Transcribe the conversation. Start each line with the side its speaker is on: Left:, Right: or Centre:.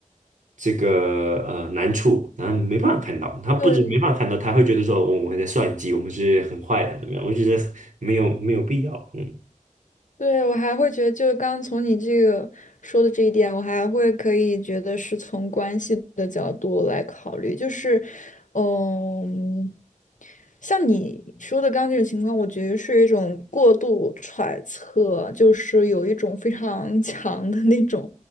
Right: 这个呃难处，然后没办法看到，他不仅没办法看到，
Left: 对
Right: 他会觉得说哦我们在算计，我们是很坏的，怎么样？我觉得没有没有必要，嗯。
Left: 对，我还会觉得，就是刚刚从你这个说的这一点，我还会可以觉得是从关系的角度来考虑，就是，嗯。像你说的刚刚这种情况，我觉得是一种过度揣测，就是有一种非常 <laughs> 强的那种，